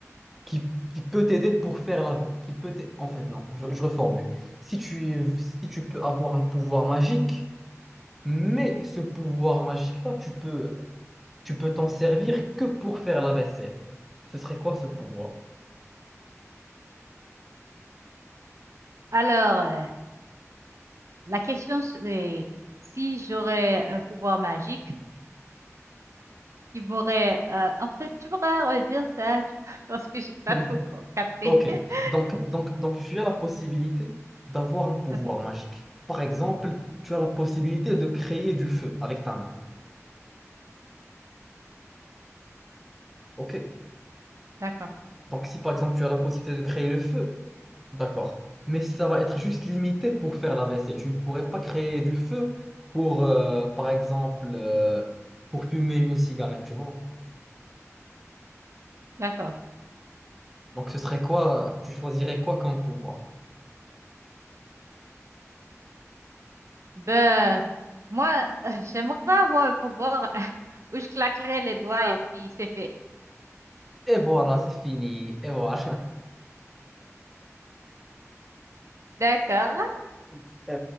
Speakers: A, in the centre; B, on the right (about 65°).
A: qui, qui peut t'aider pour faire la... Qui peut t'ai- en fait, non, je, je reformule. Si tu, es- si tu peux avoir un pouvoir magique, mais ce pouvoir magique-là, tu peux, tu peux t'en servir que pour faire la vaisselle. Ce serait quoi ce pouvoir?
B: Alors, euh, la question c'est si j'aurais un pouvoir magique qui m'aurait... euh, en fait, tu pourrais redire ça tu- <laughs> parce que j'ai pas
A: <laughs>
B: trop co- capté.
A: Ok,
B: <laughs>
A: donc, donc, donc tu as la possibilité d'avoir un pouvoir
B: Ok,
A: magique. Par exemple, tu as la possibilité de créer du feu avec ta main. Ok.
B: d'accord,
A: Donc, si par exemple tu as la possibilité de créer le feu, d'accord. Mais ça va être juste limité pour faire la vaisselle. Tu ne pourrais pas créer du feu pour, euh, par exemple, euh, pour fumer une cigarette, tu vois.
B: d'accord.
A: Donc, ce serait quoi? Tu choisirais quoi comme pouvoir?
B: Ben, moi, euh, j'aimerais avoir un pouvoir <laughs> où je claquerais les doigts et puis c'est fait.
A: Et voilà, c'est fini. Et voilà.
B: D'accord.
A: <laughs> Et